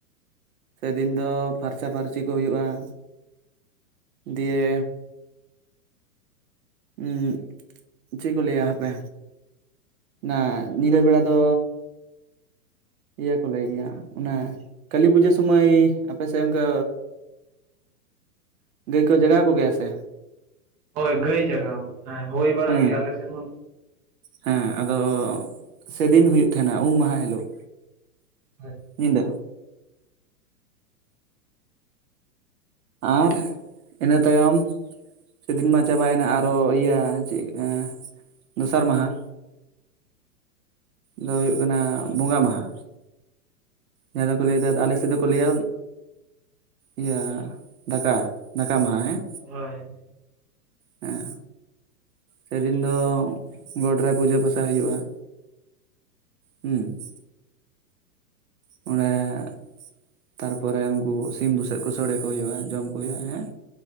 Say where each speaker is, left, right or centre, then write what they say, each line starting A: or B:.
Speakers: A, on the right (about 65°); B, on the right (about 25°).
A: ᱥᱮᱫᱤᱱ ᱫᱚ ᱯᱷᱟᱨᱪᱟ ᱯᱷᱟᱨᱪᱤ ᱠᱚ ᱦᱩᱭᱩᱜᱼᱟ ᱾ ᱫᱤᱭᱮ <unintelligible> ᱪᱮᱫ ᱠᱚ ᱞᱟᱹᱭᱟ ᱦᱟᱯᱮ ᱱᱟ ᱧᱤᱫᱟᱹ ᱵᱮᱲᱟ ᱫᱚ ᱤᱭᱟᱹ ᱠᱚ ᱞᱟᱹᱭ ᱜᱮᱭᱟ ᱚᱱᱟ ᱠᱟᱹᱞᱤ ᱯᱩᱡᱟᱹ ᱥᱚᱢᱟᱹᱭ ᱟᱯᱮ ᱥᱮᱫ ᱚᱱᱠᱟ ᱜᱟᱹᱭ ᱠᱚ ᱡᱟᱜᱟᱣ ᱠᱚᱜᱮᱭᱟ ᱥᱮ
B: ᱦᱳᱭ ᱜᱟᱹᱭ ᱡᱟᱜᱟᱣ ᱦᱮᱸ ᱦᱩᱭ ᱵᱟᱲᱟᱜ
A: ᱦᱩᱸ
B: ᱜᱮᱭᱟ ᱟᱞᱮ ᱥᱮᱫ ᱦᱚᱸ
A: ᱦᱮᱸ ᱟᱫᱚ ᱥᱮᱫᱤᱱ ᱦᱩᱭᱩᱜ ᱛᱟᱦᱮᱸᱱᱟ ᱩᱢ ᱢᱟᱦᱟ ᱦᱤᱞᱳᱜ
B: ᱦᱳᱭ
A: ᱧᱤᱫ ᱟᱨ ᱤᱱᱟᱹ ᱛᱟᱭᱚᱢ ᱥᱮᱫᱤᱱ ᱢᱟ ᱪᱟᱵᱟᱭᱮᱱᱟ ᱟᱨᱚ ᱤᱭᱟᱹ ᱪᱮᱫ ᱫᱚᱥᱟᱨ ᱢᱟᱦᱟ ᱫᱚ ᱦᱩᱭᱩᱜ ᱠᱟᱱᱟ ᱵᱚᱸᱜᱟ ᱢᱟᱦᱟ ᱡᱟᱦᱟᱸ ᱫᱚᱠᱚ ᱞᱟᱹᱭᱫᱟ ᱟᱞᱮ ᱥᱮᱫ ᱫᱚᱠᱚ ᱞᱟᱹᱭᱟ ᱤᱭᱟᱹ ᱫᱟᱠᱟ ᱫᱟᱠᱟ ᱢᱟᱦᱟ ᱦᱮᱸ
B: ᱦᱳᱭ
A: ᱦᱮᱸ ᱥᱮᱫᱤᱱ ᱫᱚ ᱜᱚᱴ ᱨᱮ ᱯᱩᱡᱟᱹ ᱯᱟᱥᱟ ᱦᱩᱭᱩᱜᱼᱟ ᱦᱩᱸ ᱚᱸᱰᱮ ᱛᱟᱨᱯᱚᱨᱮ ᱩᱱᱠᱩ ᱥᱤᱢ ᱵᱩᱥᱟᱹᱜ ᱠᱚ ᱥᱚᱲᱮ ᱠᱚ ᱦᱩᱭᱩᱜᱼᱟ ᱡᱚᱢ ᱠᱚ ᱦᱩᱭᱩᱜᱼᱟ ᱦᱮᱸ